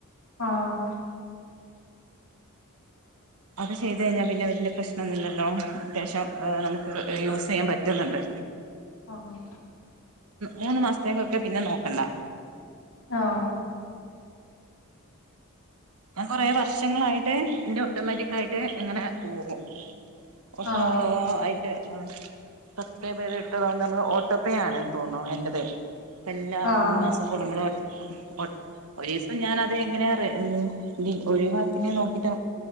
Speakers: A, on the left; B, on the right.
A: ആഹ്
B: അത് ചെയ്ത് കഴിഞ്ഞാ പിന്നെ വല്യ പ്രശ്നം ഒന്നുവില്ലല്ലോ അത്യാവശ്യം നമുക്ക് യൂസ് ചെയ്യാൻ പ റ്റുന്നോണ്ട്
A: ആഹ്
B: മൂന്ന് മാസത്തേക്കൊക്കെ പിന്നെ നോക്കണ്ട
A: ആഹ്
B: ഞാൻ കൊറേ വർഷങ്ങളായിട്ട് എന്റെ ഓട്ടോമാറ്റിക് ആയിട്ട് ഇങ്ങനെ പോകും ഓട്ടോ
A: ആഹ്
B: ആയിട്ട് സബ്സ്ക്രൈബ് ചെയ്യ്തിട്ടാതൊ നമ്മള് ഓട്ടോ പേ ആണെന്ന് തോന്നണു എന്റത് എല്ലാ
A: ആഹ്
B: മൂന്ന് മാസം കൂടുമ്പോളും ഒട്ട് ഒരു ഇസം ഞാനത് എങ്ങനെയാ റെ ഇ ഒഴിവാക്കിലേ നോക്കിട്ടു